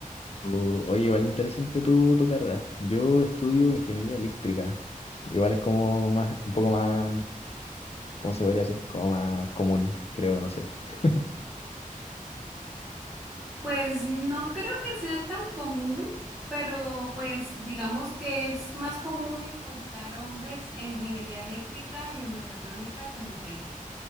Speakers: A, on the left; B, in the centre.
A: O- Oye, igual interesante tu, tu carrera. Yo estudio ingeniería eléctrica. Igual es como más, un poco más, ¿cómo se podría decir? Como más común, creo, no sé. <laughs>
B: Pues no creo que sea tan común, pero pues digamos que es más común encontrar hombres en ingeniería eléctrica y en mecatrónica que mujeres.